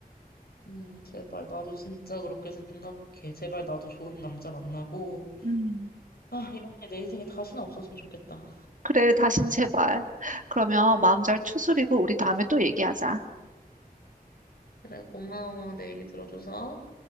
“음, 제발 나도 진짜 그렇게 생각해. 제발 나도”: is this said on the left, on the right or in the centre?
Left